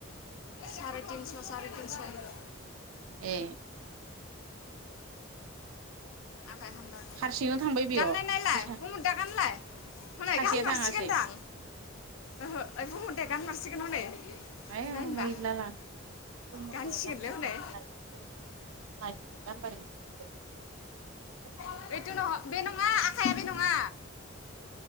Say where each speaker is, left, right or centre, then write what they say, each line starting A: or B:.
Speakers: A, on the left; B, on the right.
A: सारे तिनस' सारे तिनस' नो
B: ए
A: आखाइ खन्दा
B: हारसिंनो थांबाय बेयाव
A: गाननाय नायलाय कमुरदा गानलाय हनै
B: सासेया
A: गानमारसिगोनदां
B: थाङासै
A: ओहो आइ बुंह दे गानमारसिगोन ह'नै
B: <unintelligible>
A: नायनोबा गानसिगोनलै हनै
B: <unintelligible>
A: <unintelligible> बे नङा आखाइआ बे नङा